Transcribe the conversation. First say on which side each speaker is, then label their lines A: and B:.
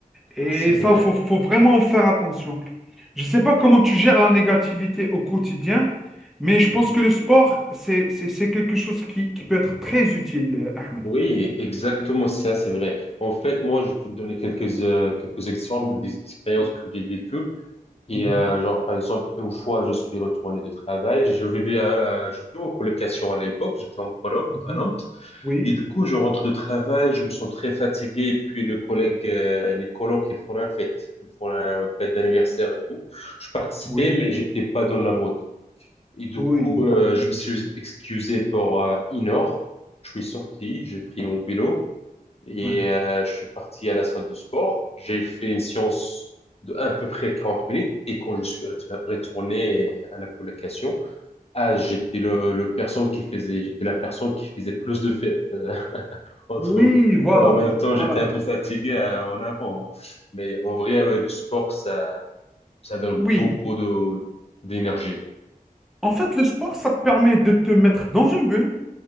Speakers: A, in the centre; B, on the left.
A: Et
B: c'est
A: ça,
B: vrai.
A: faut, faut vraiment faire attention. Je ne sais pas comment tu gères la négativité au quotidien, mais je pense
B: Mhm.
A: que le sport, c'est, c'est, c'est quelque chose qui, qui peut être très utile, euh, Ahmed.
B: Oui, exactement ça, c'est vrai. En fait, moi, je peux te donner quelques, euh, quelques exemples des expériences
A: Oui.
B: que j'ai vécues. Et
A: Mhm.
B: euh, genre, par exemple, une fois, je suis retourné de travail, je vivais, à, euh, je vivais en colocation à l'époque, j'étais en coloc
A: Mhm.
B: à Nantes.
A: Oui,
B: Et du coup, je rentre de travail, je me sens très fatigué. Et puis, le collègue, euh, les colocs, ils font la fête. Ils font la fête d'anniversaire et tout. Je participais,
A: oui.
B: mais j'étais pas dans la mode. Et du
A: Oui,
B: coup, euh, je me suis excusé pour euh, une heure. Je suis sorti, j'ai pris mon vélo et
A: ouais.
B: euh, je suis parti à la salle de sport. J'ai fait une séance de à peu près 40 minutes et quand je suis ret- retourné à la colocation, ah, j'étais le, le personne qui faisait, j'étais la personne qui faisait plus de fêtes euh, <laughs> entre
A: Oui,
B: nous.
A: voilà,
B: Et en même temps,
A: voilà.
B: j'étais un peu fatigué euh, en avant. hein. Mais en vrai, ouais, le sport, ça, ça donne
A: Oui,
B: beaucoup de d'énergie.
A: en fait, le sport, ça te permet de te mettre dans une bulle.